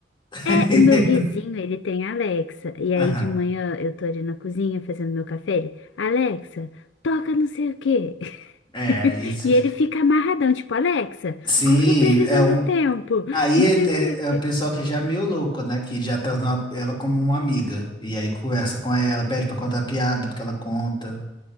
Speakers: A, on the left; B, on the left.
A: <laughs>
B: É, o meu vizinho, ele tem Alexa. E
A: Aham.
B: aí de manhã eu tô ali na cozinha fazendo meu café. Ele, Alexa, toca não sei o quê. <laughs>
A: É, isso.
B: E ele fica amarradão, tipo, Alexa,
A: Sim,
B: qual que é a previsão
A: é um.
B: do tempo?
A: Aí
B: Não
A: é,
B: sei o quê.
A: é- é o pessoal que já é meio louco, né? Que já tá na- ela como uma amiga. E aí conversa com ela, pede pra contar piada, porque ela conta.